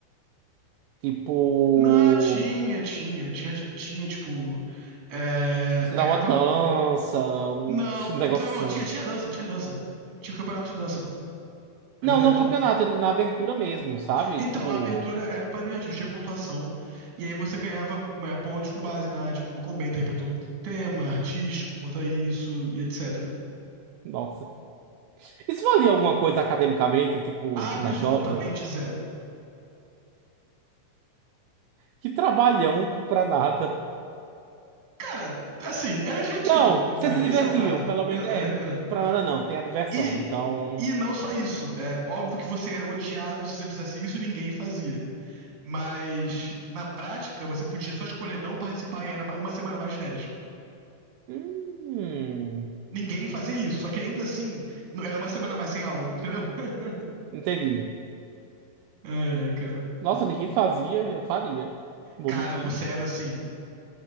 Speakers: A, on the right; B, on the right.
A: Tipo,
B: Não, tinha, tinha, tinha, tinha, tinha, tipo. é,
A: sei
B: ganhava.
A: lá, uma dança, um,
B: Não,
A: <laughs> um negócio
B: não,
A: assim.
B: não, tinha, tinha dança, tinha dança. Tinha campeonato de dança. É
A: Não,
B: verdade.
A: não campeonato, eu digo na abertura mesmo, sabe?
B: Então,
A: Tipo,
B: a abertura era completamente artística, tinha pontuação. E aí você ganhava é, pontos com base na, tipo, no como bem interpretou o tema, artístico, quanto a isso, e etc.
A: nossa. Isso valia alguma coisa academicamente, tipo,
B: Absolutamente
A: nas notas?
B: zero.
A: Que trabalhão pra nada.
B: Cara, assim, era divertido,
A: Não,
B: entendeu?
A: você se
B: Esse
A: divertiu,
B: é o nada.
A: pelo menos.
B: É, é,
A: É,
B: entendeu?
A: pra nada não, tem a diversão.
B: E,
A: Então.
B: e não só isso. É óbvio que você era odiado se você fizesse isso, ninguém fazia. Mas na prática, você podia só escolher não participar e era uma semana mais de férias.
A: Hum,
B: Ninguém fazia isso, só que ainda assim, não- era uma semana mais sem aula, entendeu? <laughs>
A: entendi.
B: É, cara.
A: Nossa, ninguém fazia, eu faria. Não
B: Cara,
A: Vou mentir.
B: você era assim,